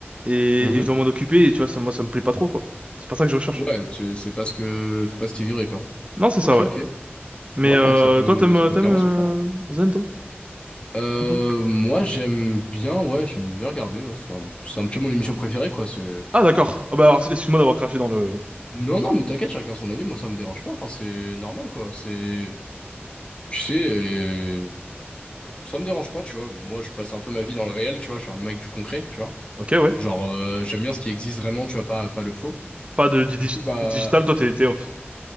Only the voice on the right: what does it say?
et,
et je dois m'en occuper, et tu vois, ça, moi, ça me plaît pas trop, quoi. C'est pas ça que je recherche.
Non, c'est ça,
ouais.
Mais
euh,
toi, t'aimes,
euh,
t'aimes
euh,
Zen, toi?
Un peu
Ah, d'accord. Ah bah, alors, excuse-moi d'avoir craché dans le...
Ok, ouais.
Pas de, du
digi-
du digital, toi, t'es t'es off.